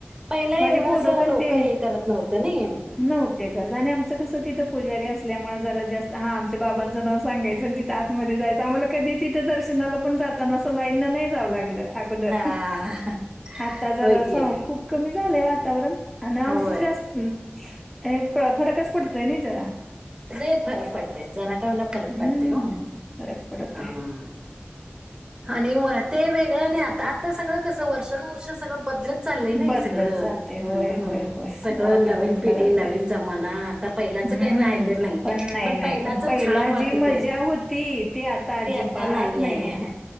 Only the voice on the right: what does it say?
पहिला
एवढस
लोक
हे करत नव्हतं नई.
हा
होय
की
होय
लई फरक पडतयं. जरा -- का होईना फरक
पडतेय हो.
हा, हा. आणि व ते वेगळं आणि आता आता सगळं कसं वर्षानुवर्ष सगळं बदलत चाललयं नाई
सगळं.
हम्.
सगळं
नवीन पिढी
नवीन जमानात -- आता पहिल्याचं
काय -- राहिलं नाही,
पण
पहिलाच
छान वाटतंय
ते आता नाहीआय.
ह.